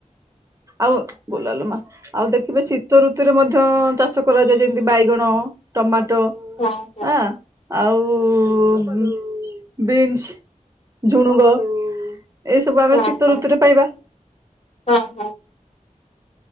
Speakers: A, on the right; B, on the left.
A: ଆଉ ବୁଲଲୁ ମା। ଆଉ ଦେଖିବେ ଶୀତ ଋତୁରେ ମଧ୍ୟ ଚାଷ କରାଯାଏ ଯେମିତି ବାଇଗଣ, ଟମାଟୋ।
B: ହଁ ହଁ।
A: ହଁ ଆଉ ଉଁ ବିନ୍ସ। ଝୁଣୁଗ। ଏଇ ସବୁ
B: ହଁ
A: ଆମେ ଶୀତ
B: ହଁ
A: ଋତୁରେ ପାଇବା।
B: ହଁ ହଁ।